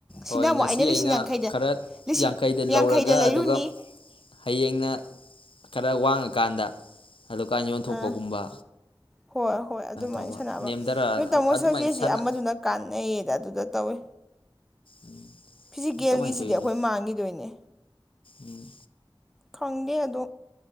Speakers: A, in the centre; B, on the left.
A: ꯁꯤꯅ
B: ꯍꯣꯏ
A: ꯑꯃꯨꯛ
B: ꯉꯁꯤ
A: ꯑꯩꯅ ꯂꯤꯁꯤꯡ ꯌꯥꯡꯈꯩꯗ
B: ꯈꯔ
A: ꯂꯤꯁꯤꯡ ꯌꯥꯡꯈꯩꯗ
B: ꯂꯧꯔꯒ
A: ꯂꯩꯔꯨꯅꯤ
B: ꯑꯗꯨꯒ ꯍꯌꯦꯡꯅ ꯈꯔ ꯋꯥꯡꯉꯀꯥꯟꯗ ꯑꯗꯨꯀꯥꯟ ꯌꯣꯟꯊꯣꯛꯄꯒꯨꯝꯕ
A: ꯑ ꯍꯣꯏ ꯍꯣꯏ ꯑꯗꯨꯃꯥꯏꯅ
B: ꯇꯧꯕ
A: ꯁꯥꯟꯅꯕ
B: ꯅꯦꯝꯊꯔ
A: ꯅꯣꯏ ꯇꯥꯃꯣ
B: ꯑꯗꯨꯃꯥꯏꯅ
A: ꯁꯁꯦꯁꯤ
B: ꯁꯥꯟꯅ
A: ꯑꯃꯗꯨꯅ ꯀꯥꯟꯅꯩꯌꯦꯅ ꯑꯗꯨꯗ ꯇꯧꯋꯦ
B: ꯎꯝ
A: ꯐꯤꯖꯤꯀꯦꯜꯒꯤꯁꯤꯗꯤ
B: ꯀꯃꯥꯏꯅ ꯇꯧꯔꯤꯖꯥꯠꯅꯣ
A: ꯑꯩꯈꯣꯏ ꯃꯥꯡꯈꯤꯗꯣꯏꯅꯦ
B: ꯎꯝ
A: ꯈꯪꯗꯦ ꯑꯗꯣ